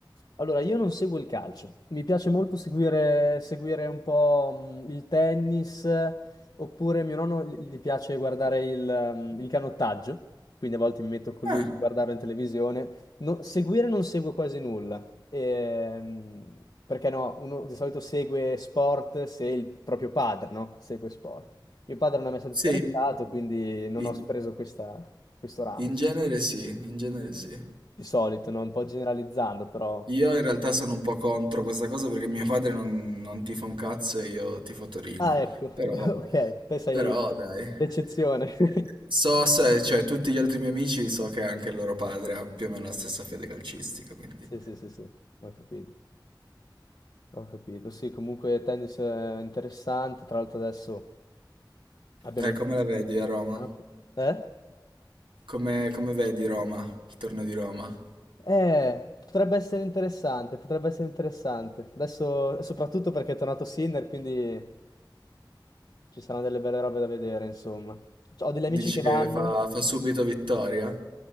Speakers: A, on the left (about 60°); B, on the right (about 85°).
A: Allora, io non seguo il calcio, mi piace molto seguire, seguire un po' mh, il tennis, eh, oppure mio nonno gli gli piace guardare il, ehm, il canottaggio, quindi a volte mi metto con
B: Ah,
A: lui a guardarlo in televisione. No- seguire non seguo quasi nulla, ehm, perché no, uno di solito segue sport se il proprio padre, no? Segue sport. Mio padre non è mai stato
B: sì,
A: interessato, quindi non
B: I-
A: ho preso questa- questo ramo,
B: in
A: insomma.
B: genere sì, in genere sì.
A: Di solito, no? Un po' generalizzando, però...
B: Io in realtà sono un po' contro questa cosa perché mio padre non, non tifa un cazzo e io tifo Torino,
A: Ah, ecco,
B: però...
A: <laughs> ok, te sei
B: Però dai,
A: l'eccezione.
B: eh,
A: <laughs>
B: so se, cioè tutti gli altri miei amici so che anche il loro padre ha più o meno la stessa fede calcistica, quindi...
A: Sì, sì, sì, sì, ho capito, ho capito. Sì, comunque tennis è interessante, tra l'altro adesso abbiamo
B: Eh,
A: il
B: come
A: Bustiner
B: la vedi
A: che
B: a
A: è
B: Roma?
A: tornato. Eh?
B: Come, come vedi Roma, il torneo di Roma?
A: Eh, potrebbe essere interessante, potrebbe essere interessante. Adesso, soprattutto perché è tornato Sinner, quindi ci saranno delle belle robe da vedere, insomma. Ho degli amici
B: Dici
A: che
B: che
A: vanno.
B: fa, fa subito vittoria?